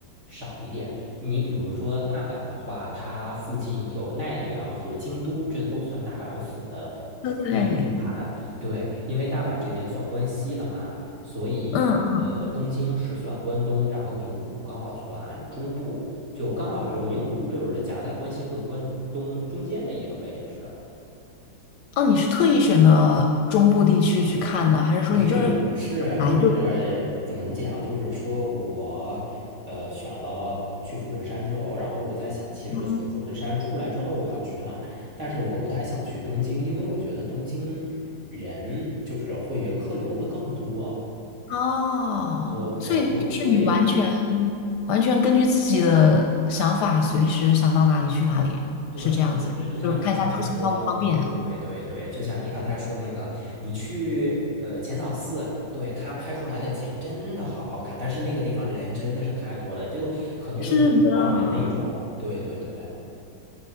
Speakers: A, on the right; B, on the left.
A: 少一点。你比如说大阪的话，它附近有奈良和京都，这个都算大阪府的
B: 达。对，
A: 地地盘。对，因为大阪这边算关西了嘛，所以呃，
B: 嗯，
A: 东京是算关东，然后名古屋刚好算中部，就刚好就名古屋就是夹在关西和关东中间的一个位置。
B: 哦，你是特意选的中部地区去看的，还是说你就是
A: 其实也不是，
B: 来就？
A: 就是怎么讲，就是说我呃选了去富士山之后，然后我在想，其实从富士山出来之后我要去哪儿？
B: 嗯
A: 但是我不太想去东京，因为我觉得东京人就是会客流会更多。
B: 哦，
A: 我我我对
B: 所以就是你完全完全根据自己的想法，随时想到哪里去哪里，
A: 对，
B: 是这样子，
A: 其实就像你刚才说，
B: 就是看一下出行方不方便。
A: 对对对，就像你刚才说那个，你去呃浅草寺，对，他拍出来的景真的好好看，但是那个地方人真的是太多了，就可能就是人撞人那种。
B: 是的，
A: 对对对，